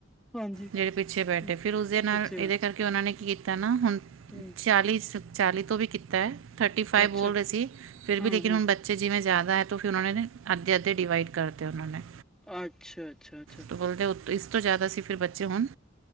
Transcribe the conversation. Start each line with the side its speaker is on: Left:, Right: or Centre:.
Centre: ਹਾਂਜੀ
Right: ਜੇੜੇ ਪਿੱਛੇ ਬੈਠੇ,
Centre: ਹੂੰ
Right: ਫੇਰ ਉਸਦੇ ਨਾਲ
Centre: ਪਿੱਛੇ ਵਾ
Right: ਏਦੇ ਕਰਕੇ ਕਿ ਓਨਾਂ ਨੇ ਕੀਤਾ ਨਾ ਹੁਨ
Centre: ਹੂੰ,
Right: ਚਾਲੀ ਸ ਚਾਲੀ ਤੋਂ ਵੀ ਕੀਤਾ। ਥਰਟੀ ਫਾਈਵ
Centre: ਅੱਛਾ
Right: ਬੋਲ ਰਹੇ ਸੀ, ਫਿਰ ਵੀ
Centre: ਹਾਂ-ਹਾਂ,
Right: ਲੇਕਿਨ ਹੁਨ ਬੱਚ ਬੱਚੇ ਜਿਵੇਂ ਜਿਆਦਾ ਹੈ ਤੋ ਫਿਰ ਓਨਾਂ ਨੇ ਅੱਧੇ, ਅੱਧੇ ਡਿਵਾਈਡ ਕਰ ਤੇ ਓਨਾਂ ਨੇ
Centre: ਅੱਛਾ, ਅੱਛਾ, ਅੱਛਾ।
Right: ਤਾਂ ਬੋਲਦੇ ਉ ਇਸ ਤੋ ਜਾਦਾ ਸੀ ਫੇਰ ਬੱਚੇ ਹੋਨ